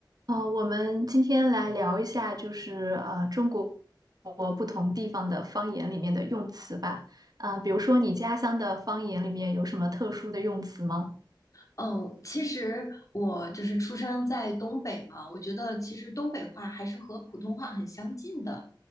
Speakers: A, on the right; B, on the left.
A: 呃，我们今天来聊一下，就是呃，中国国不同地方的方言里面的用词吧。啊，比如说你家乡的方言里面有什么特殊的用词吗？
B: 嗯，其实我就是出生在东北嘛，我觉得其实东北话还是和普通话很相近的，